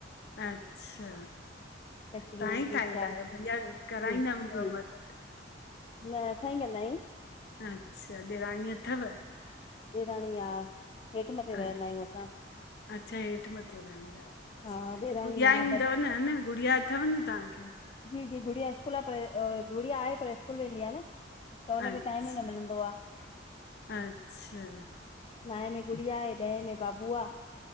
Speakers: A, on the left; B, on the left.
A: अच्छा,
B: कचरियूं
A: तहां ई
B: खीचा
A: ठाहींदा आहयो भैया बि कराईंदा
B: जी
A: हूंदव
B: जी
A: मदद!
B: न असां ई कंदा आयूं।
A: अच्छा, देराणी अथव।
B: देराणी हां, हेठ
A: अ-
B: मथे रहंदा आहयूं असां।
A: अच्छा हेठ मथे रहंदा आयो अच्छा,
B: हा ॾेराणी
A: गुड़िया
B: आहे
A: ईंदव
B: ब
A: न हन् गुड़िया अथव न ताहांखे।
B: जी, जी गुड़िया स्कूल आह पै गुड़िया आहे पर स्कूल वेंदी आ न। त हुनखे
A: अच्छा-अच्छा
B: टाइम ई न मिलंदो आहे नाऐ में गुड़िया आहे ॾहें में बाबू आ।